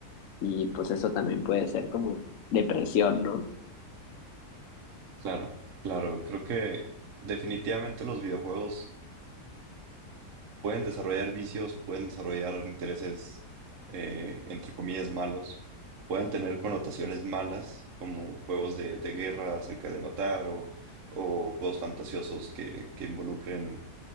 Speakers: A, on the left; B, on the right.
A: y pues eso también puede ser como depresión, ¿no?
B: Claro, claro, creo que definitivamente los videojuegos pueden desarrollar vicios, pueden desarrollar intereses, eh, entre comillas, malos, pueden tener connotaciones malas, como juegos de, de guerra acerca de matar o, o juegos fantasiosos que, que involucren